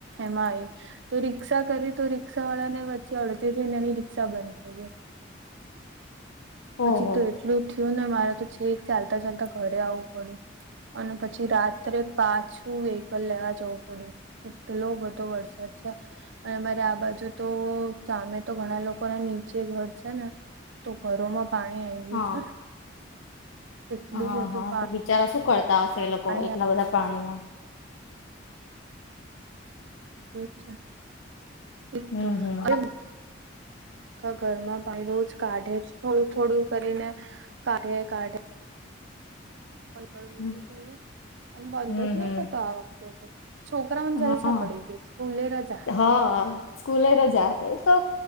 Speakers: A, on the right; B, on the left.
A: એમાં આવી. તો રિક્ષા કરી તો રિક્ષા વાળા ને વચ્ચે અડધે જને એની રીક્ષા બંધ થઈ ગઈ. પછી
B: ઓહો.
A: તો એટલું થયું ને મારે તો છેક ચાલતા ચાલતા ઘરે આવવું પડ્યું. અને પછી રાત્રે પાછું વેહિકલ લેવા જવું પડ્યું. એટલો બધો વરસાદ છે. અને અમારે આ બાજુ તો સામે તો ઘણા લોકો ના નીચે ઘર છે ને. તો ઘરોમાં પાણી આવી ગયું
B: હા
A: છે. એટલું
B: હા
A: બધું
B: હા તો બિચારા શું કરતા હશે એ
A: પાણી
B: લોકો એટલા બધા પાણીમાં?
A: એવું છે. એક
B: હમ્મ,
A: તો
B: હમ્મ.
A: અરે આખા ઘરમાં પાણી રોજ કાઢે જ થોડું થોડું કરીને કાઢે કાઢે. ક
B: હમ
A: તો થઈ અને બંધ
B: હમ હમ
A: જ નહી થતો આ વખતે. તો છોકરાઓને
B: હા,
A: જલસા પડી ગઈ સ્કૂલે રજા
B: હા, સ્કૂલે રજા એ તો